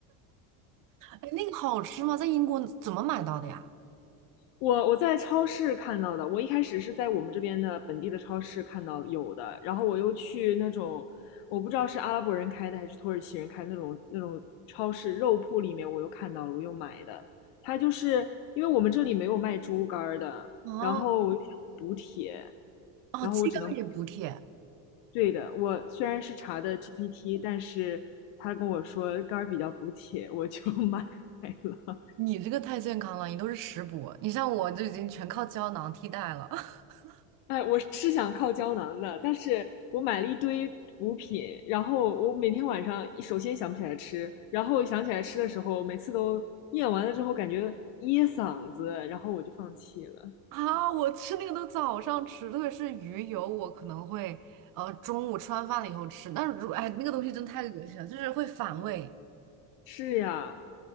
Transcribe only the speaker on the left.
我我在超市看到的，我一开始是在我们这边的本地的超市看到有的，然后我又去那种我不知道是阿拉伯人开的还是土耳其人开的那种那种超市肉铺里面，我又看到了，我又买的。它就是因为我们这里没有卖猪肝儿的，
然后我又想补铁，
然后我只能买
对的。我虽然是查的 GPT，但是他跟我说肝儿比较补铁，我就 <laughs> 买了。
哎，我是想靠胶囊的，但是我买了一堆补品，然后我每天晚上首先想不起来吃，然后想起来吃的时候，每次都咽完了之后感觉噎嗓子，然后我就放弃了。
是呀，